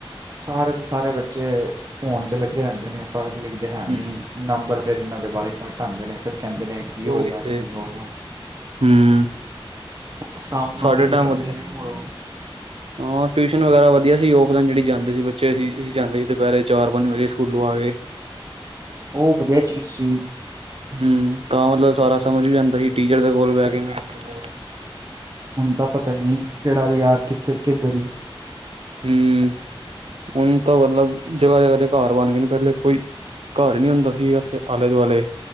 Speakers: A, on the right; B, on the right.
A: ਸਾਰੇ ਦੇ ਸਾਰੇ ਬੱਚੇ ਫੋਨ 'ਚ ਲੱਗੇ ਰਹਿੰਦੇ ਨੇ ਪੜ੍ਹਦੇ ਲਿਖਦੇ ਹੈ
B: ਹੂੰ
A: ਨਹੀਂ ਨੰਬਰ ਫਿਰ ਇਹਨਾਂ ਦੇ ਵਾਲੇ ਘੱਟ ਆਉਂਦੇ ਨੇ ਫਿਰ ਕਹਿੰਦੇ ਨੇ ਕੀ
B: ਉਹੀ
A: ਹੋ ਗਿਆ
B: ਥੇ
A: ਕੀ ਹੋ ਗਿਆ
B: ਹਮ-
A: ਸਾਹਮਣੋਂ
B: ਸਾਢੇ
A: ਫਿਰ ਲੜਦੇ
B: ਟਾਇਮ ਵਧੀਆ
A: ਨੇ <unintelligible>
B: ਹਾਂ ਟਿਊਸ਼ਨ ਵਗੈਰਾ ਵਧੀਆ ਸੀ ਉਸ ਦਿਨ ਜਿਹੜੀ ਜਾਂਦੇ ਸੀ ਬੱਚੇ ਅਸੀਂ ਅਸੀਂ ਜਾਂਦੇ ਸੀ ਦੁਪਹਿਰੇ ਚਾਰ ਪੰਜ ਵਜੇ ਸਕੂਲੋਂ ਆ ਕੇ
A: ਉਹ ਵਧੀਆ ਚੀਜ਼ ਸੀ
B: ਹਮ ਤਾਂ ਮਤਲਬ ਸਾਰਾ ਸਮਝ ਵੀ ਜਾਂਦਾ ਸੀ ਟੀਚਰ ਦੇ ਕੋਲ ਬਹਿ ਕੇ ਮੈਂਮ ਦੇ ਕੋਲ
A: ਹੁਣ ਤਾਂ ਪਤਾ ਹੀ ਨਹੀਂ ਕਿਹੜਾ ਯਾਰ ਕਿੱਥੇ ਕਿੱਧਰ ਹੀ
B: ਹਮ ਹੁਣ ਤਾਂ ਮਤਲਬ ਜਗ੍ਹਾ ਜਗ੍ਹਾ ਦੇ ਘਰ ਬਣ ਗਏ ਨੇ ਪਹਿਲੇ ਕੋਈ ਘਰ ਨੀ ਹੁੰਦਾ ਸੀਗਾ ਬਸ ਆਲੇ- ਦੁਆਲੇ